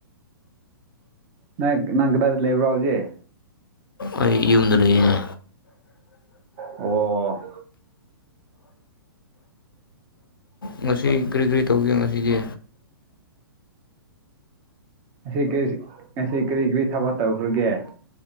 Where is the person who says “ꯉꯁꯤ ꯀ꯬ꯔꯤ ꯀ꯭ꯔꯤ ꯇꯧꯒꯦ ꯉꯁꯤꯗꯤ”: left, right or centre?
Left